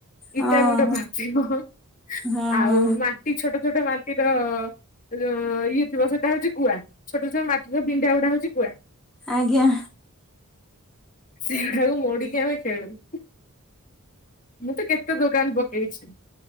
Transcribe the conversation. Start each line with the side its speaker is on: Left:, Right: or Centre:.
Centre: ହଁ
Left: ଇଟ ଗୁଣ୍ଡ ପସଥିବ,
Centre: ହଁ
Left: ଆଉ ମା ଟି ଛୋଟ ଛୋଟ ମାଟିର ଯୋଉ ଇଏ ଥିବ ସେଟା ହୋଉଚି ଗୁଆ ଛୋଟ ଛୋଟ ମାଟିର ବିଣ୍ଡାଗୁଡା ହୋଉଚି ଗୁଆ।
Centre: ଆଜ୍ଞା।
Left: ସେଗୁଡାକୁ ମୋଡିକି ଆମେ ଖେଳୁୁ। ମୁଁ ତ କେତେ ଦୋକାନ ପକେଇଛି